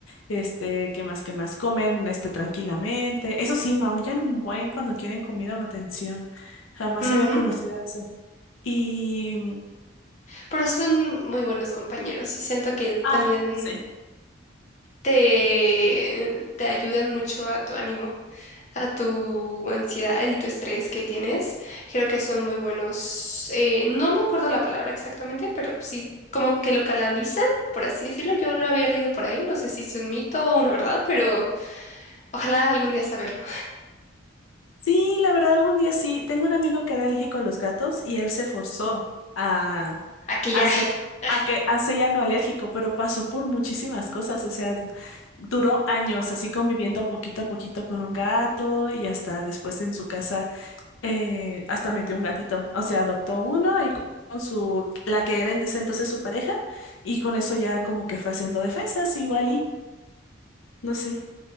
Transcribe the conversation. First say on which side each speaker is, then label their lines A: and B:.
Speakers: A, on the left (about 85°); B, on the left (about 35°).
A: este, qué más, qué más, comen, este, tranquilamente, eso sí, maullan un buen cuando quieren comida o atención, jamás
B: Ujú.
A: había conocido eso, y,
B: Pero son muy buenos compañeros y siento que también
A: ah, sí.
B: te, te ayudan mucho a tu ánimo. a tu ansiedad y tu estrés que tienes. Creo que son muy buenos. eh, no me acuerdo la palabra exactamente, pero sí, como que lo canalizan, por así decirlo. Yo lo había leído por ahí. No sé si es un mito o una verdad, pero ojalá algún día saberlo.
A: Sí, la verdad, algún día sí. Tengo un amigo que era alérgico a los gatos y él se forzó a
B: Aquí
A: hacer,
B: ya. <laughs>
A: a que, hace ya no alérgico, pero pasó por muchísimas cosas. O sea, duró años así conviviendo poquito a poquito con un gato y hasta después en su casa, eh, hasta metió un gatito. O sea, adoptó uno y con su, la que era en ese entonces su pareja, y con eso ya como que fue haciendo defensas, igual y no sé